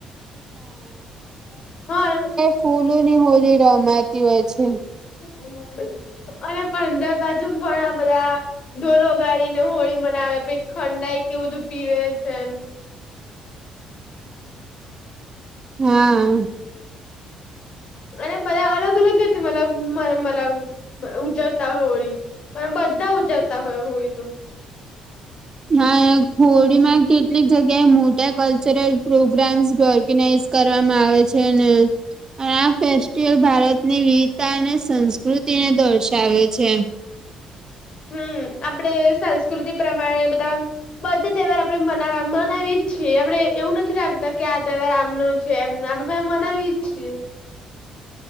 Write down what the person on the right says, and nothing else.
કૂલો ની હોલી રમાતી હોય છે.
હા.
હા હોડી માં કેટલી જગ્યાએ મોટા કલ્ચરલ પ્રોગ્રામ્સ ઓર્ગેનાઈઝ કરવામાં આવે છે ને અને આ ફેસ્ટિવલ ભારતની વિવિધતા અને સંસ્કૃતિને દર્શાવે છે